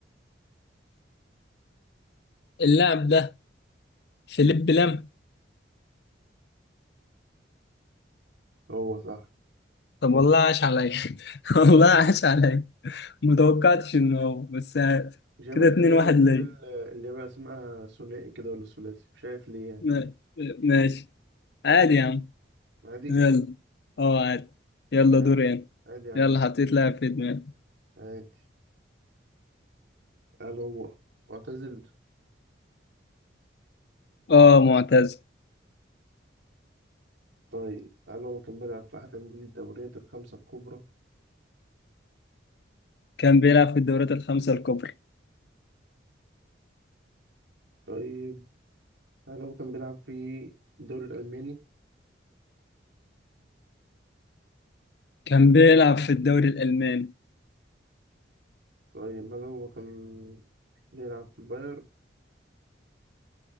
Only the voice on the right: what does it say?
هو صح
هو
مش عارف
انت
ليه
بتجيب
ال- اللي هي بقى اسمها ثنائي كده ولا ثلاثي مش عارف ليه يعني
عادي
عادي
عادي يا
عم
عادي قال هو معتزل
طيب هل هو كان بيلعب في أحد أندية الدوريات الخمسة الكبرى؟
طيب هل هو كان بيلعب في الدوري الألماني؟
طيب هل هو كان بيلعب في البايرن؟